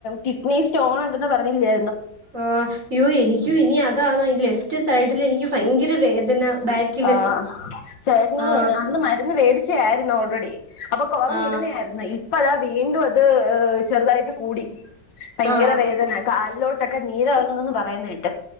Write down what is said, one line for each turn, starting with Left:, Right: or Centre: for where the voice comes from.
Left: കിഡ്നി സ്റ്റോൺ ഉണ്ടെന്ന് പറഞ്ഞില്ലേ
Right: ആഹ എനിക്കു ഇനി അത് അതാ ഈ ലെഫ്റ്റ് സൈഡിൽ എനിക്ക് ഭയങ്കര വേദന ബാക്കില്
Left: ആഹ ചേട്ടന്
Right: ആ
Left: അന്ന് മരുന്ന് മേടിച്ചായിരുന്നുോ റെഡി അപ്പൊ കുറഞ്ഞിരുന്ന
Right: ആ
Left: ആയിരുന്നു ഈ അപ്പ അതാ വീണ്ടും അത് ചെറുതായിട്ട് കൂടി ഭയങ്കര
Right: ആ
Left: വേദന കാലിലോട്ടു ഒക്കെ നീരു ഇറങ്ങുന്നത് പറുയുന്നത് കേട്ടു